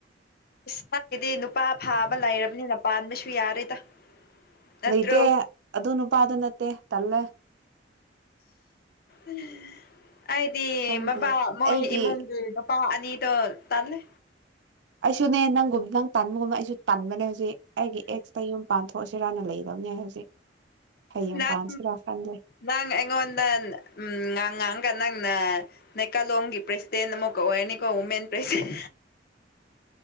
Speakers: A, on the left; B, on the right.
A: ꯏꯁꯒꯤꯗꯤ ꯅꯨꯄꯥ ꯐꯥꯕ ꯂꯩꯔꯕꯅꯤꯅ ꯄꯥꯟꯕꯁꯨ ꯌꯥꯔꯦꯗ ꯅꯠꯇ꯭ꯔꯣ
B: ꯂꯩꯇꯦ ꯑꯗꯨ ꯅꯨꯄꯥꯗꯨ ꯅꯠꯇꯦ ꯇꯜꯂꯦ
A: ꯎꯝ ꯑꯩꯗꯤ
B: ꯈꯪꯗꯦ
A: ꯃꯕꯥ ꯃꯣꯏ
B: ꯑꯩꯒꯤ
A: ꯏꯃꯨꯡꯒꯤ ꯅꯨꯄꯥ ꯑꯅꯤꯗꯣ ꯇꯜꯂꯦ
B: ꯑꯩꯁꯨꯅꯦ ꯅꯪꯒꯨꯝ ꯅꯪ ꯇꯟꯕꯒꯨꯝꯕ ꯑꯩꯁꯨ ꯇꯟꯥꯟꯕꯅꯦ ꯍꯧꯖꯤꯛ ꯑꯩꯒꯤ ꯑꯦꯛꯁꯇ ꯌꯨꯝ ꯄꯥꯟ ꯍꯣꯏ ꯁꯤꯔꯥꯟꯅ ꯂꯩꯗꯕꯅꯤ ꯍꯧꯖꯤꯛ ꯍꯌꯦꯡ
A: ꯅꯪ
B: ꯄꯥꯟꯁꯤꯔꯥ ꯈꯟꯗꯦ
A: ꯅꯪ ꯑꯩꯉꯣꯟꯗ ꯎꯝ ꯉꯥꯡ ꯉꯥꯡꯒ ꯅꯪ ꯅꯦꯀꯥꯂꯣꯡꯒꯤ ꯄ꯭ꯔꯁꯤꯗꯦꯟ ꯑꯃꯛ ꯑꯣꯏꯔꯅꯤꯀꯣ ꯋꯨꯃꯦꯟ ꯄ꯭ꯔꯁꯤꯗꯦꯟ